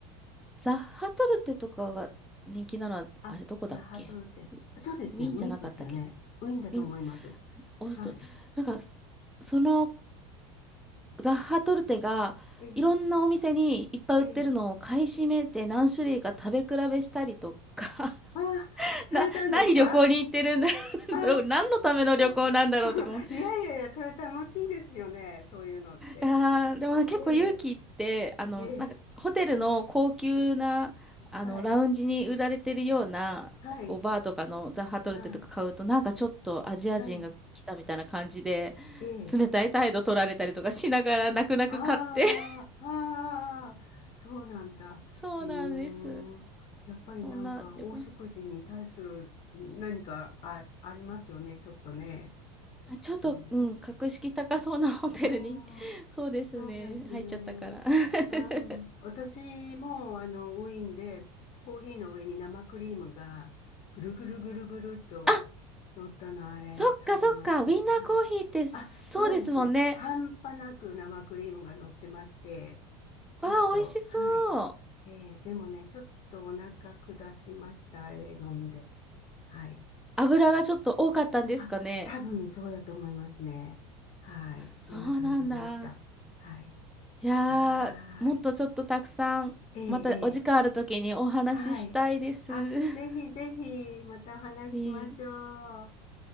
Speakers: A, in the centre; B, on the left.
A: ザッハトルテとかが人気なのは、
B: あ、
A: あれどこだっけ？
B: ザ・ハートルテ。そうですね、
A: ウィーンじゃなかったっけ？
B: ウィーンですよね。ウィーンだと思います。
A: ウィーンオーストリなんか、
B: はい。
A: そそのザッハトルテがいろんなお店にいっぱい売ってるのを買い占めて何種類か食べ比べしたりとか、
B: えー、えー、あー、
A: <laughs>
B: されたんですか
A: な何旅行に行ってるんだ <laughs>
B: あ
A: 何のための旅行なんだろうとか思って。
B: あー、<laughs> いやいやいや、それ楽しいですよね、そういうのって。
A: あーでも結構勇気って、
B: え
A: あの、
B: ー、えー、
A: なんかホテルの高級な、あの、
B: はい、
A: ラウンジに売られてるような、
B: はい。
A: こう、バーとかのザ・ハトルテとか買うと、
B: はい
A: なんかちょっとアジア人が来たみたいな感じで、
B: はい。ええ。
A: 冷たい態度取られたりとかしながら、泣く泣く買って
B: ああ、
A: <laughs>。
B: ああ、そうなんだ。
A: そうなんです。
B: うーん。やっぱりなんか、
A: そんな旅行、
B: 黄色人に対する何かあ、ありますよね。ちょっとね。
A: ま、ちょっと、
B: そうね。
A: うん、格式高そうなホテルに
B: うーん。
A: <laughs>、そうですね、
B: そうですね。
A: 入っちゃったから。<laughs>
B: ああ、私も、あの、ウィーンで、コーヒーの上に生クリームが、ぐるぐるぐるぐるっと乗ったの、
A: あ、
B: あれ、
A: そっかそっか、
B: 食べました。
A: ウィンナーコーヒーってそうですもんね。
B: はい。あ、そうですね。半端なく生クリームが乗ってまして、ちょっと、
A: わあ、美味しそう。
B: はい。えーでもね、ちょっとお腹下しました、あれ飲んで。はい。
A: 油がちょっと多かったんですかね。
B: あ、多分そうだと思いますね。はい。そんな感じでした。
A: そうなんだ。
B: はい。
A: いやー、
B: はーい。
A: もっとちょっとたくさん、
B: ええ、ええ、
A: またお時間あるときにお話ししたいです。
B: はい。あ、
A: <laughs>
B: ぜひぜひ、またお話ししましょう。
A: ウィーン。
B: は